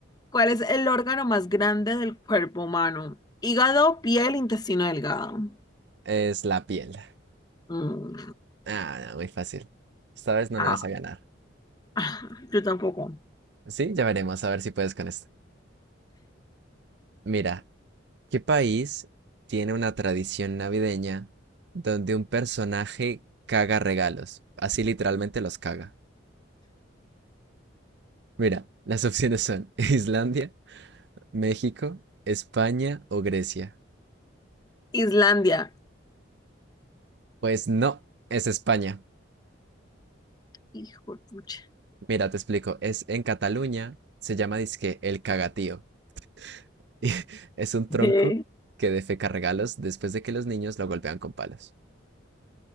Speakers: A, on the left (about 20°); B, on the right (about 60°).
A: ¿cuál es el órgano más grande del cuerpo humano? Hígado, piel, intestino delgado.
B: es la piel.
A: Mm,
B: Ah, no, muy fácil. Esta vez no
A: ah,
B: me vas a ganar.
A: <laughs> yo tampoco.
B: Sí, ya veremos a ver si puedes con esto. Mira, ¿qué país tiene una tradición navideña donde un personaje caga regalos? Así literalmente los caga. Mira, las opciones son <laughs> Islandia, México, España o Grecia.
A: Islandia.
B: Pues no, es España.
A: Hijo de pucha.
B: Mira, te explico, es en Cataluña, se llama dizque el cagatío. <laughs> Y es un tronco
A: ¿Qué?
B: que defeca regalos después de que los niños lo golpean con palos.